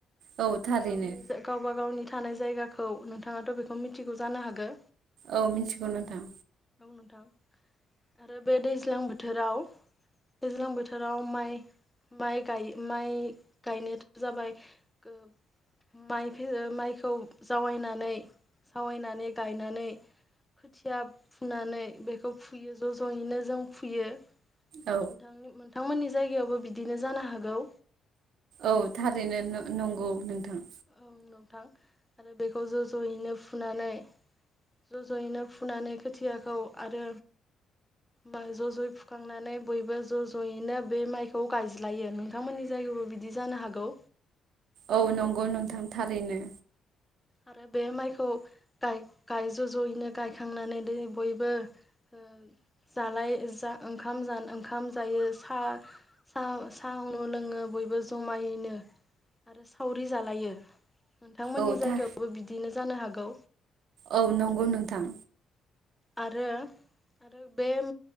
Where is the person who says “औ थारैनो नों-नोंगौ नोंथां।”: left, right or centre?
Right